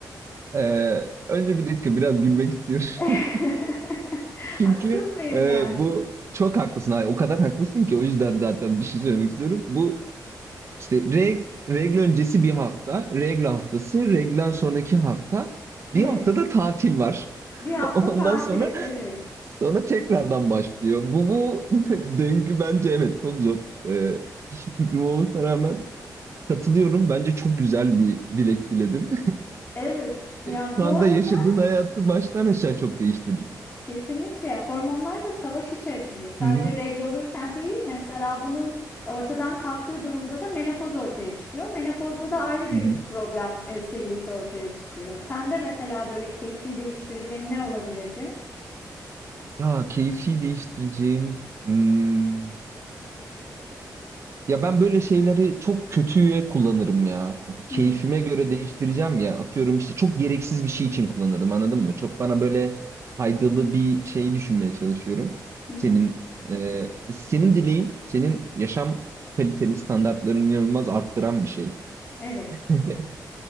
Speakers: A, on the right (about 40°); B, on the left (about 30°).
A: Eee, önce bir dakika biraz gülmek istiyorum.
B: <laughs>
A: <laughs> Çünkü
B: Haksız mıyım
A: eee,
B: yani?
A: bu çok haklısın. Hayır, o kadar haklısın ki o yüzden zaten bir şey söylemek istiyorum. Bu işte reg, regl öncesi bir hafta, regl haftası, reglen sonraki hafta.
B: Evet.
A: Bir haftada tatil var. <laughs>
B: Bir hafta
A: Ondan
B: tatil.
A: sonra
B: Evet.
A: sonra tekrardan başlıyor. Bu bu <laughs> döngü bence evet çok zor. Eee hiçbir fikrim olmasına rağmen Katılıyorum. Bence çok güzel bir dilek diledin.
B: Evet.
A: <laughs>
B: Ya
A: Şu
B: bu
A: anda
B: arada
A: yaşadığın hayatı baştan aşağı çok değiştirir.
B: Kesinlikle hormonlarla savaş içerisindeyiz. Sadece
A: Hı hı.
B: regl olurken değil, mesela bunun ortadan kalktığı durumda da menopoz ortaya çıkıyor. Menopozda da ayrı bir
A: Hı hı.
B: problem e, serisi ortaya çıkıyor. Sende mesela böyle keyfi değiştireceğin ne olabilirdi?
A: Ya keyfi değiştireceğim. Hmm. Ya ben böyle şeyleri çok kötüye kullanırım ya. Keyfime
B: Hmm.
A: göre değiştireceğim ya. Atıyorum işte çok gereksiz bir şey için kullanırım anladın mı? Çok bana böyle faydalı bir şey düşünmeye çalışıyorum.
B: Hı
A: Senin
B: hı.
A: e, senin dileğin, senin yaşam kaliteni, standartlarını inanılmaz arttıran bir şey.
B: Evet.
A: <laughs>